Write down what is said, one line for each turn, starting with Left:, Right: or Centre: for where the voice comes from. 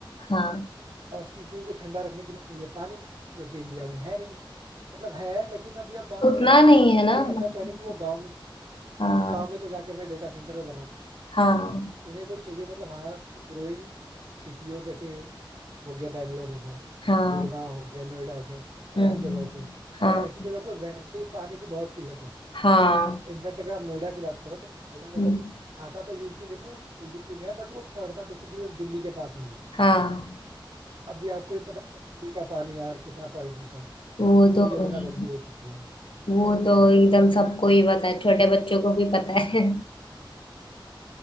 Left: हाँ
Right: और सीपीयू को ठंडा रखने के लिए चाहिए पानी जो कि इंडिया में है नहीं मतलब है लेकिन अभी आप बात
Left: उतना
Right: करो कि
Left: नहीं है ना
Right: अभी
Left: मतलब,
Right: ऐसा तो है नहीं कि वो गाँव में
Left: हाँ
Right: गाँव में तो जाके अपने डेटा सेंटर वो बना दें
Left: हाँ
Right: उन्हें कोई चाहिए मतलब हाँ ग्रोइंग सिटी हो जैसे हो गया बैंगलोर हो गया
Left: हाँ
Right: गुड़गांव हो गया नोएडा हो गया
Left: हम्म
Right: ऐसी जगहों पे
Left: हाँ
Right: और ऐसी जगह पे वैसे ही पानी की बहुत किल्लत है
Left: हाँ
Right: इनफैक्ट अगर आप नोएडा की बात करो तो नोएडा वैसे
Left: हम्म,
Right: आता तो यूपी में यूपी में है बट वो पड़ता बेसिकली दिल्ली के पास में ही है
Left: हाँ
Right: अभी आपको ही पता है कि दिल्ली का पानी यार कितना पॉइजनस है
Left: वो
Right: पूरी
Left: तो
Right: यमुना
Left: भाई
Right: गंदी हो चुकी है
Left: वो तो एकदम सबको ही पता है छोटे बच्चों को भी पता है